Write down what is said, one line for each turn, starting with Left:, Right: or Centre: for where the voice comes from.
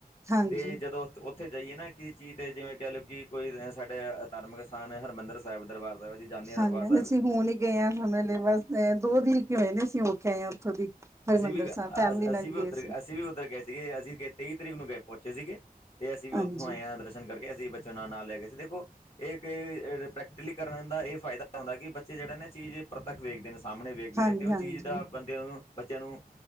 Right: ਹਾਂਜੀ
Left: ਤੇ ਜਦੋਂ ਉੱਥੇ ਜਾਈਏ ਨਾ ਕਿਸ ਚੀਜ਼ ਦੇ ਜਿਵੇਂ ਕਹਿ ਲਓ ਕਿ ਕੋਈ ਸਾਡੇ ਧਾਰਮਿਕ ਅਸਥਾਨ ਹਰਿਮੰਦਰ ਸਾਹਿਬ ਦਰਬਾਰ ਅਸੀ ਜਾਂਦੇ ਹਾਂ। ਦਰਬਾਰ
Right: ਹ
Left: ਸਾਹਿਬ
Right: ਅਸੀਂ ਹੁਣ ਹੀ ਗਏ ਹਾਂ ਹਾਨੂੰ ਬਸ ਦੋ ਦਿ ਕੇ ਹੋਏ ਨੇ ਅਸੀਂ ਹੋ ਕੇ ਆਏ ਹਾਂ ਉੱਥੋਂ ਦੀ। ਹਰਿਮੰਦਰ
Left: ਅਸੀਂ ਵੀ ਅ-
Right: ਸਾਹਿਬ ਫੈਮਿਲੀ ਨਾਲ
Left: ਅਸੀਂ
Right: ਹੀ
Left: ਵੀ
Right: ਗਏ
Left: ਉੱਧਰ
Right: ਸੀ।
Left: ਅਸੀਂ ਵੀ ਉੱਧਰ ਗਏ ਸੀਗੇ ਅਸੀਂ ਤੇਈ ਤਰੀਕ ਨੂੰ ਗਏ ਪਹੁੰਚੇ ਸੀਗੇ ਤੇ ਅਸੀਂ ਵੀ
Right: ਹਾਂਜੀ।
Left: ਉੱਥੋਂ ਆਏ ਹਾਂ ਦਰਸ਼ਨ ਕਰਕੇ। ਅਸੀਂ ਬੱਚਿਆਂ ਨਾਲ ਨਾਲ ਲੈ ਕੇ ਸੀ ਦੇਖੋ ਇਹ ਪ੍ਰੈਕਟੀਕਲੀ ਕਰਨ ਦਾ ਇਹ ਫਾਇਦਾ ਹੁੰਦਾ ਕਿ ਬੱਚੇ ਜਿਹੜਾ ਨਾ ਚੀਜ਼ ਪ੍ਰਤੱਖ ਵੇਖਦੇ ਨੇ ਸਾਹਮਣੇ ਵੇਖਦੇ
Right: ਹਾਂਜੀ
Left: ਨੇ ਤੇ ਉਹ
Right: ਹਾਂਜੀ
Left: ਚੀਜ਼ ਦਾ ਬੰਦਿਆਂ ਨੂੰ ਬੱਚਿਆਂ ਨੂੰ